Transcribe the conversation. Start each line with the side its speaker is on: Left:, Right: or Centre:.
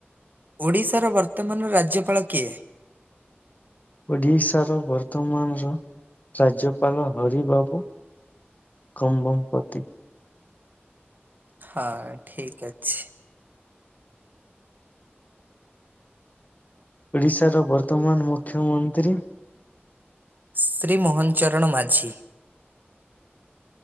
Right: ଓଡିଶାର ବର୍ତ୍ତମାନର ରାଜ୍ୟପାଳ କିଏ?
Left: ଓଡିଶାର ବର୍ତମାନର ରାଜ୍ୟପାଳ ହରି ବାବୁ କମ୍ବମପତି।
Right: ହଁ ଠିକ ଅଛି।
Left: ଓଡ଼ିଶାର ବର୍ତ୍ତମାନ ମୁଖ୍ୟମନ୍ତ୍ରୀ।
Right: ଶ୍ରୀ ମୋହନଚରଣ ମାଝୀ।